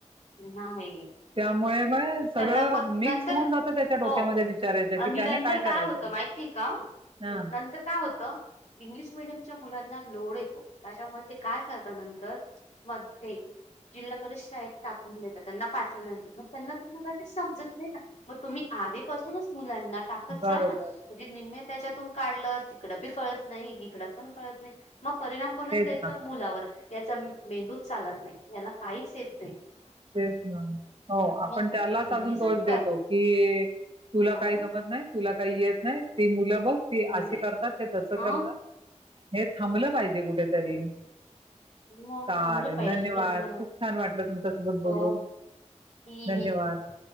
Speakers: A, on the left; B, on the right.
A: नाही
B: त्यामुळे म सगळं
A: त्यांना पण
B: मिक्स
A: नंतर
B: होऊन जात त्याच्या डोक्यामध्ये
A: हो
B: विचारायच्या की
A: आणि
B: त्याने
A: नंतर
B: काय करायचं
A: होतं माहिती का
B: ह
A: नंतर काय होतं इंग्लिश मिडीयम च्या मुलांना लोड येतो. त्याच्यामुळे ते काय करता नंतर म ते जिल्हा परिषद शाळेत टाकून देता त्यांना पाचवी नंतर मग त्यांना ते मराठी समजत नाही ना मग तुम्ही आधीपासूनच मुलांना टाकत
B: बरोबर
A: जा ना म्हणजे निम्मे त्याच्यातून काढलं तिकडं बी कळत नाही इकडं पण कळत नाही मग त्या परिणाम कोणच
B: तेच
A: द्यायचा
B: ना
A: मुलावर त्याचा मेंदूच चालत नाही. हेना काहीच येत नई.
B: तेच ना हो आपण
A: मग तुम्ही
B: त्यालाच अजून
A: जर
B: दोष
A: कर
B: देतो की तुला
A: हा,
B: काही जमत नाही, तुला काही येत नाही ते मुलं बघ ते
A: नाही
B: असे करतात ते तस
A: ह
B: करतात हे थांबलं पाहिजे कुठेतरी
A: मग
B: चालेल
A: थांबलं पाहिजे
B: धन्यवाद
A: ल मुला
B: खूप छान वाटलं तुमच बोलून
A: हो ही
B: धन्यवाद.